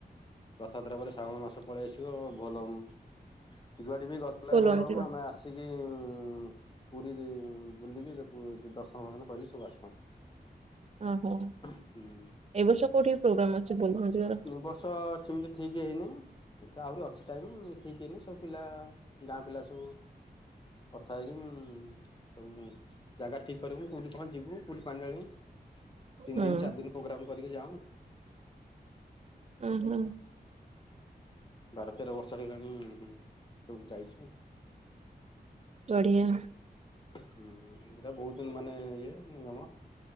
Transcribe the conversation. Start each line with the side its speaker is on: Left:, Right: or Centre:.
Left: ରଥଯାତ୍ରା ପରେ ଶ୍ରାବଣ ମାସ ପଳେଇ ଆସିବ ଭୋଲବମ୍ୱ ଯୁଆଡି ବି ଗଲେ
Right: ବୋଲବମ
Left: ଭୋଲବମ୍ୱ
Right: ଯିବା
Left: ଆମେ ଆସିକି କି ପୁରୀ ରେ ବୁଲିକି ଜ ଦ-ଦର୍ଶନ ଫର୍ସନ କରିକି ସବୁ ଆସୁ।
Right: ଓହୋ।
Left: ହୁଁ ଏ
Right: ଏ ବର୍ଷ କୋଉଠି ପ୍ରୋଗ୍ରାମ ଅଛି ବୋଲବମ ଯିବାର
Left: ବର୍ଷ ସେମିତି ଠିକ୍ ହେଇନି। ଏଇ ତ ଆହୁରି ଅଛି ଟାଇମ। ଠିକ ହେଇନି ସବୁ ପିଲା ଗାଁ ପିଲା ସବୁ କଥା ହେଇକି ଉଁ ସବୁ ଜାଗା ଠିକ କରିମୁଁ କୋଉଠି କଣ ଯିବୁ କୋଉଠି ପାଣି ଢ଼ାଳିବୁ। ତିନି
Right: ହଁ
Left: ଦିନ ଚାରି ଦିନ ପ୍ରୋଗ୍ରାମ କରିକି ଯାଉଁ।
Right: ଓହୋ
Left: ବାର ତେର ବର୍ଷ ହେଇଗଲାଣି ସବୁ ଯାଇଚୁ।
Right: ବଢିଆ
Left: ହୁଁ ଏଇରା ବୋହୁତ ମାନେ ଇଏ ଉଁ ନା ମ